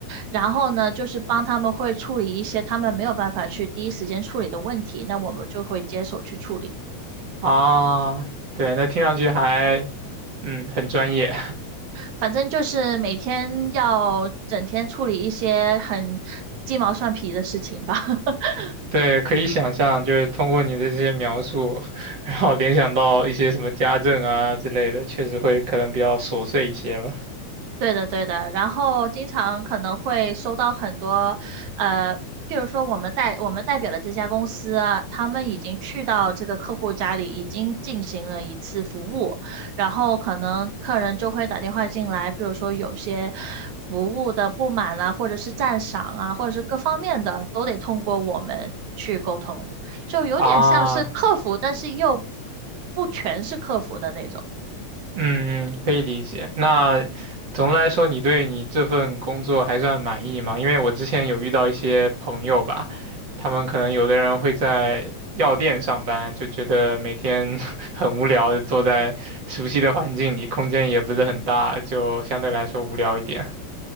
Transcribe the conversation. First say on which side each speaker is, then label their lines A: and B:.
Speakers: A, on the right; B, on the right.
A: 然后呢，就是帮他们会处理一些他们没有办法去第一时间处理的问题，那我们就会接手去处理。
B: 啊。对，那听上去还嗯很专业，
A: 反正就是每天要整天处理一些很鸡毛蒜皮的事情吧。<laughs>
B: <laughs> 对，可以想象，就是通过你的这些描述，<laughs> 然后联想到一些什么家政啊之类的，确实会可能比较琐碎一些吧。
A: 对的，对的。然后经常可能会收到很多，呃，譬如说我们代我们代表的这家公司啊，他们已经去到这个客户家里，已经进行了一次服务，然后可能客人就会打电话进来，譬如说有些服务的不满啊，或者是赞赏啊，或者是各方面的，都得通过我们去沟通，就有点像是客服，
B: 啊，
A: 但是又不全是客服的那种。
B: 嗯，嗯可以理解。那总的来说，你对你这份工作还算满意吗？因为我之前有遇到一些朋友吧，他们可能有的人会在药店上班，就觉得每天 <laughs> 很无聊，就坐在熟悉的环境里，空间也不是很大，就相对来说无聊一点。